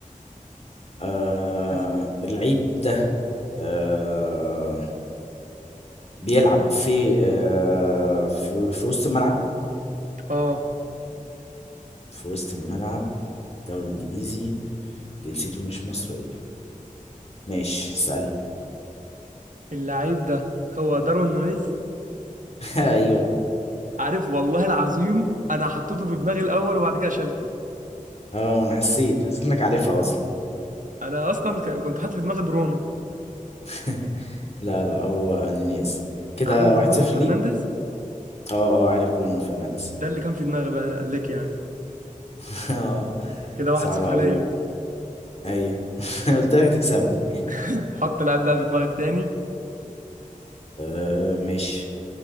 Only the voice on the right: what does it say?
بس
اه
اللعيب ده هو داروين نونيز
عارف والله العظيم انا حطيته في دماغي الاول وبعد كده شلته
انا اصلا ك- كنت حاطط في دماغي برونو
عارف برونو
فرنانديز
ده اللي كان في دماغي بقى ليك يعني
كده واحد
صفر
ليا
<laughs> حط لعيب بقى في دماغك تاني